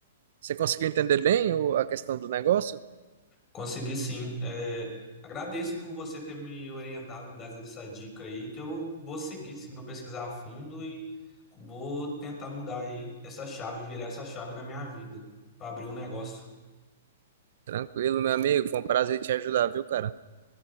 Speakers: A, on the right; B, on the left.
A: Você conseguiu entender bem o- a questão do negócio?
B: Consegui sim. É, agradeço por você ter me orientado, me dado essa dica aí, que eu vou seguir sim, vou pesquisar a fundo e vou tentar mudar aí essa chave, virar essa chave na minha vida, para abrir um negócio.
A: Tranquilo, meu amigo, foi um prazer te ajudar, viu, cara?